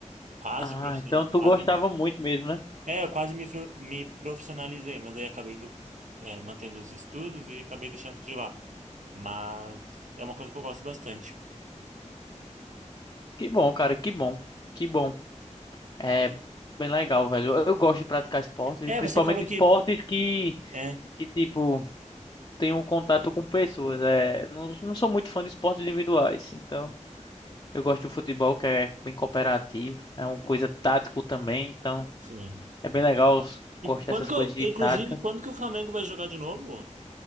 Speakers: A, on the right; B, on the left.
A: Quase
B: Ah,
A: profissional,
B: então tu
A: quase
B: gostava
A: me,
B: muito mesmo, né?
A: é, eu quase me, fro- me profissionalizei, mas aí acabei indo, é, mantendo os estudos e acabei deixando de lado. Mas é uma coisa que eu gosto bastante.
B: Que bom, cara, que bom. Que bom. É bem legal, velho. Eu eu gosto de praticar esportes,
A: É,
B: e principalmente
A: você falou
B: esportes
A: que,
B: que,
A: é,
B: que tipo, tem um contato com pessoas. É, não, não sou muito fã de esportes individuais, então eu gosto do futebol que é bem cooperativo, é uma coisa tático também, então
A: sim.
B: é bem legal. eu Gosto
A: E
B: dessas
A: quando que
B: coisas
A: eu,
B: de
A: inclusive,
B: tática.
A: quando que o Flamengo vai jogar de novo?